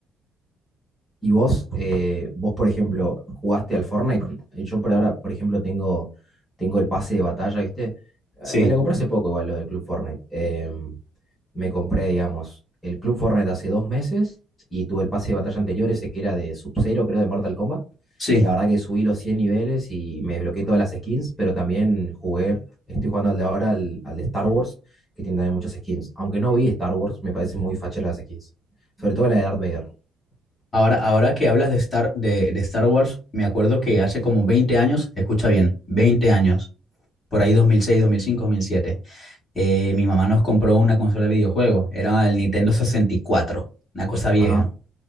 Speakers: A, in the centre; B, on the left.
A: Y vos, eh, vos, por ejemplo, jugaste al Fortnite. Eh, Yo por ahora, por ejemplo, tengo, tengo el pase de batalla, ¿viste? Eh,
B: Sí,
A: Me lo compré hace poco igual, lo del Club Fortnite. Em, me compré, digamos, el Club Fortnite hace dos meses y tuve el pase de batalla anterior, ese que era de Sub-Zero, creo, de Mortal Kombat.
B: sí.
A: La verdad que subí los 100 niveles y me desbloqueé todas las skins, pero también jugué, estoy jugando al de ahora, al, al de Star Wars, que tiene también muchas skins. Aunque no vi Star Wars, me parecen muy facheras las skins. Sobre todo la de Darth Vader.
B: Ahora, ahora que hablas de Star, de, de Star Wars, me acuerdo que hace como 20 años, escucha bien, 20 años, por ahí dos mil seis, dos mil cinco, dos mil seis, 2006, 2005, 2007, eh, mi mamá nos compró una consola de videojuegos, era el Nintendo sesenta y cuatro, una cosa vieja.
A: Ajá.